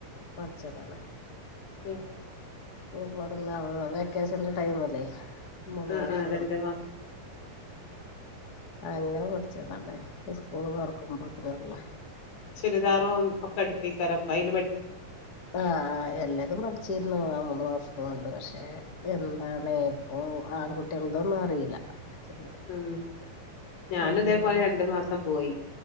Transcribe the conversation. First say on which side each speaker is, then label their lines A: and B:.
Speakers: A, on the left; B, on the left.
A: പഠിച്ചതാണ്
B: ഉം
A: സ്കൂൾ പോടുന്ന അവ വെക്കേഷന്റെ ടൈമ അല്ലേ മൂന്ന്
B: ആഹ്
A: മാസ
B: ആഹ് രണ്ട് മാസം
A: ആ അങ്ങനെ പൊഠിച്ചതാണ്േ സ്കൂള് തുറക്കുമ്പോ ഇതിനള്ള
B: ചുരിദാറും ഒക്കെ അടുപ്പക്കാരപ്പ അതില്
A: ആഹ് എല്ലാതും പഠിച്ചിരുന്നു ആ മൂന്ന് മാസം ണ്ട് പക്ഷെ എന്താണ് ഇപ്പൊ ആൺകുട്ടികതൊന്നും അറിയില്ല പഠിക്കുന്നത്
B: ഉം ഞാനും
A: പെണ്ണു
B: ഇതേപോലെ രണ്ടു മാസം പോയി